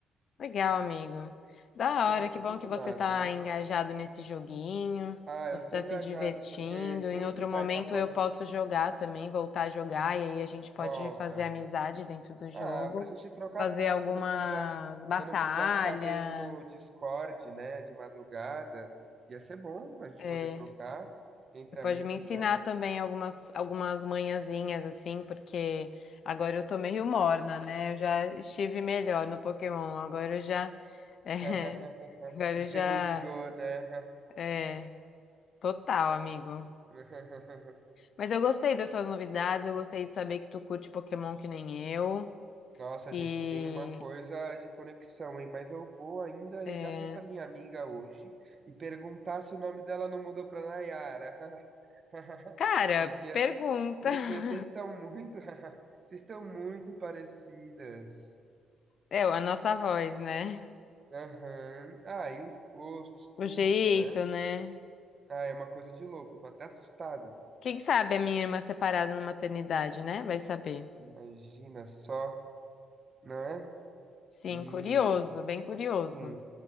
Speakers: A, on the left (about 60°); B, on the right (about 40°).
A: Legal, amigo. Da
B: Nossa,
A: hora, que bom
B: muito
A: que você
B: massa,
A: tá
B: né?
A: engajado nesse joguinho,
B: Ah,
A: você
B: eu tô
A: tá
B: engajado
A: se divertindo.
B: porque sempre
A: Em outro
B: sai
A: momento
B: em pacote
A: eu posso jogar também, voltar a jogar, e aí a gente pode
B: volta.
A: fazer amizade dentro do
B: Ah,
A: jogo,
B: pra gente trocar
A: fazer
B: a carta,
A: algumas
B: não precisar,
A: batalhas.
B: eu não precisar ficar vendo no Discord, né, de madrugada. Ia ser bom a gente
A: É,
B: poder trocar entre
A: você pode
B: amigos,
A: me ensinar
B: né?
A: também algumas, algumas manhãzinhas, assim, porque agora eu tô meio morna, né? Eu já estive melhor no Pokémon, agora eu já. <laughs> é,
B: <laughs>
A: agora
B: Enferrujou,
A: eu já.
B: né?
A: é, Total, amigo.
B: <laughs>
A: Mas eu gostei das suas novidades, eu gostei de saber que tu curte Pokémon que nem eu.
B: Nossa, a
A: E.
B: gente tem uma coisa de conexão, hein? Mas eu vou ainda
A: é,
B: ligar pra essa minha amiga hoje e perguntar se o nome dela não mudou pra Nayara. <laughs>
A: Cara,
B: Porque,
A: pergunta.
B: porque
A: <laughs>
B: vocês estão muito, <laughs> vocês estão muito parecidas.
A: É, a nossa voz, né?
B: Aham. Ah, e os gostos,
A: O
B: tudo,
A: jeito,
B: né?
A: né?
B: Ah, é uma coisa de louco. Eu tô até assustado.
A: Quem sabe a minha irmã separada na maternidade, né? Vai saber.
B: Imagina só, não é?
A: Sim,
B: E
A: curioso, bem curioso.
B: Sim,